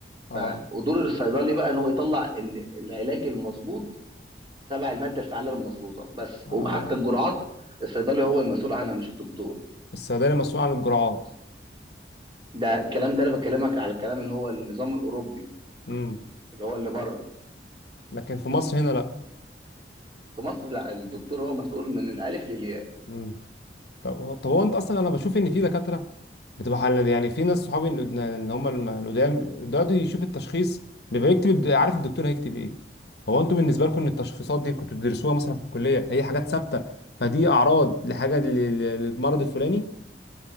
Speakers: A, on the left; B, on the right.
A: اه
B: ف ودور الصيدلي بقى ان هو يطلع ال- العلاج المظبوط تبع الماده الفعاله المظبوطه بس
A: اه
B: وحتى الجرعات الصيدلي هو المسؤول عنها مش الدكتور
A: الصيدلي مسؤول عن الجرعات
B: ده الكلام ده انا بكلمك على الكلام اللي هو النظام الاوروبي
A: امم
B: اللي هو اللي بره
A: لكن في مصر هنا
B: في مصر لا الدكتور هو مسؤول من الالف للياء
A: لا طب طب هو انت اصلا انا بشوف ان في دكاتره بتبقى حلال يعني في ناس صحابي ان إن هم الم- القدام دلوقتي يشوف التشخيص بيبقى يكتب الد- عارف الدكتور هيكتب ايه هو انتوا بالنسبه لكم ان التشخيصات دي كنتوا بتدرسوها مثلا في الكليه هي حاجات ثابته فدي اعراض لحاجه ل- ل- للمرض الفلاني